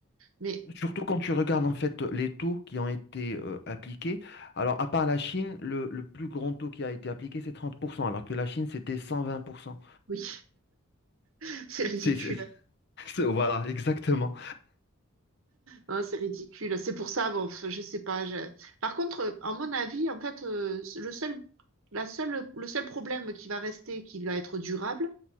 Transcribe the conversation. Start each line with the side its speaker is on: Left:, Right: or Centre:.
Right: Mais
Left: Surtout quand tu regardes en fait les taux qui ont été euh, appliqués. Alors, à part la Chine, le, le plus grand taux qui a été appliqué, c'est 30%, alors que la Chine, c'était 120%.
Right: oui, <laughs> c'est ridicule.
Left: C'est, c'est- <laughs> c'est- voilà, exactement.
Right: Hein, c'est ridicule. C'est pour ça, bon, je sais pas. je- Par contre, euh, à mon avis, en fait, euh, le seul, la seule, le seul problème qui va rester, qui va être durable,